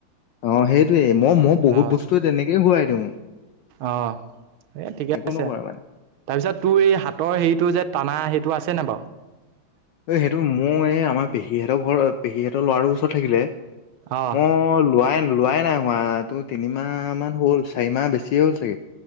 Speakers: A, on the left; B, on the right.
A: অ' সেইটয়ে মই, মই বহুত
B: অঁ
A: বস্তু তেনেকেই ঘূৰাই দিওঁ।
B: অঁ, এ ঠিকে
A: একো
B: আছে।
A: নকৰে মানে
B: তাৰপিছত তোৰ এই হাতৰ হেৰিটো যে টানা সেইটো আছেনে বাৰু?
A: এ' সেইটো মোৰ এই আমাৰ পেহীহঁতৰ ঘৰ পেহীহঁতৰ ল'ৰাটোৰ ওচৰত থাকিলে।
B: অঁ
A: মই লোৱাই - লোৱাই নাই। হোৱাতটো তিনিমাহ মান হ'ল চাৰিমাহ বেছিয়ে হ'ল চাগে।